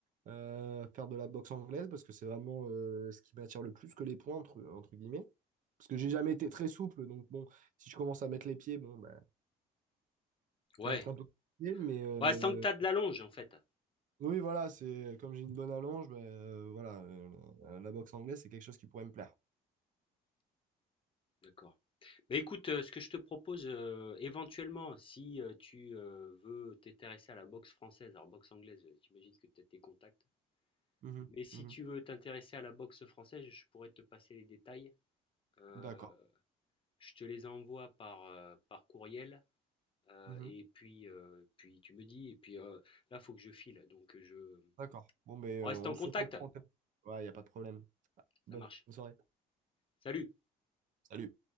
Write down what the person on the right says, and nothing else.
euh, faire de la boxe anglaise parce que c'est vraiment euh, ce qui m'attire le plus que les points, entre, entre guillemets. Parce que j'ai jamais été très souple, donc bon, si je commence à mettre les pieds, bon, bah,
ça va être un peu compliqué, mais euh,
oui, voilà, c'est comme j'ai une bonne allonge, bah, euh, voilà, euh, la, la boxe anglaise, c'est quelque chose qui pourrait me plaire.
Mhm,
mhm.
D'accord.
mhm.
D'accord. Bon, ben,
euh,
on
se
reprend. Ouais, il n'y a pas de problème. Bonne
soirée.
Salut.